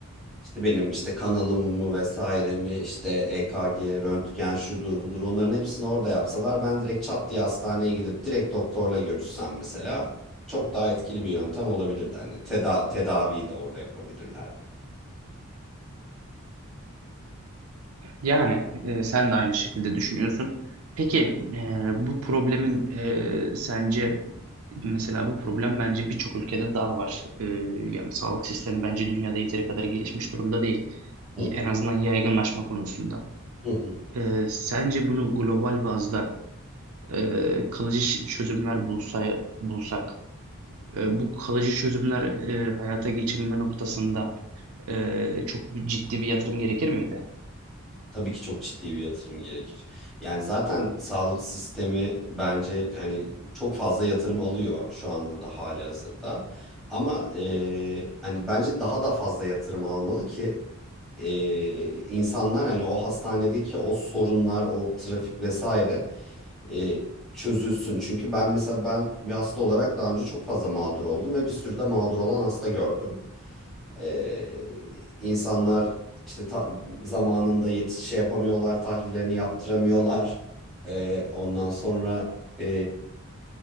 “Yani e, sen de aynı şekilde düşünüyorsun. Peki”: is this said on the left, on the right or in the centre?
Right